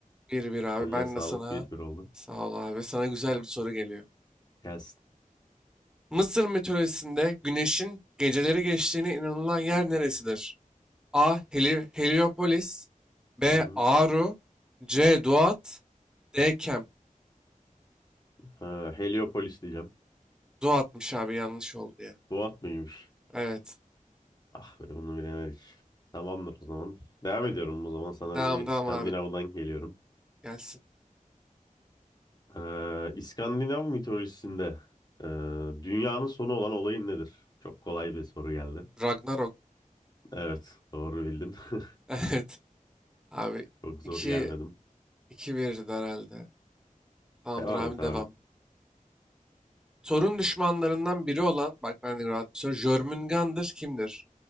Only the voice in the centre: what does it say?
Bir bir abi.
Ben
de sana
sağ ol abi. Sana güzel bir soru geliyor.
Mısır mitolojisinde güneşin geceleri geçtiğine inanılan yer neresidir? A. Heli- Heliopolis B.
Aru C. Duat D. Kem.
Duat'mış abi yanlış oldu ya.
Evet.
Devam
devam abi.
Gelsin.
Ragnarok. <laughs>
Evet abi.
2
2 1'di herhalde. Tamamdır
abi
devam. Thor'un düşmanlarından biri olan bak ben de rahat bir soru. Jörmungandr kimdir?